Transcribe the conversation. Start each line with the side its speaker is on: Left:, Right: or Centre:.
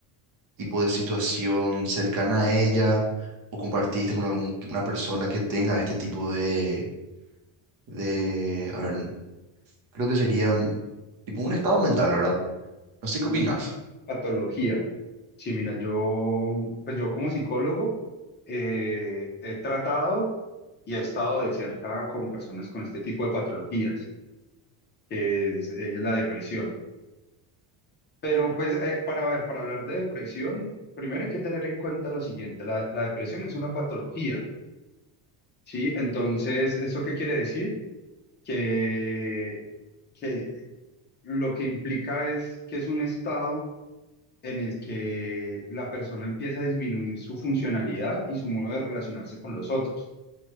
Right: tipo de situación cercana a ella o compartiste con alguna persona que tenga este tipo de, de, a ver, creo que sería mm, tipo un estado mental, ¿verdad? No sé
Left: como
Right: qué opinas.
Left: una patología. Sí, mira, yo, pues yo como psicólogo eh, he tratado y he estado de cerca con personas con este tipo de patologías, que es, eh, la depresión. Pero pues eh, para ver, para hablar de depresión, primero hay que tener en cuenta lo siguiente, la, la depresión es una patología, ¿sí? Entonces, ¿eso qué quiere decir? Que, que lo que implica es que es un estado en el que la persona empieza a disminuir su funcionalidad y su modo de relacionarse con los otros.